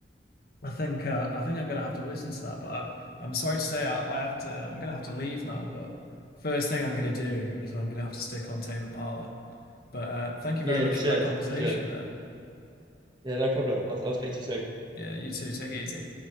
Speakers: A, on the left (about 60°); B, on the right (about 25°).
A: I think uh, I think I'm gonna have to listen to that, but I, I'm sorry to say I, I have to. I'm gonna have to leave now. But first thing I'm gonna do is I'm gonna have to stick on Tame Impala. But uh, thank you
B: Yeah,
A: very much
B: you should.
A: for that conversation
B: You should.
A: there.
B: Yeah, no problem. I'll, I'll speak
A: Yeah.
B: to you soon.
A: Yeah, you too. Take it easy.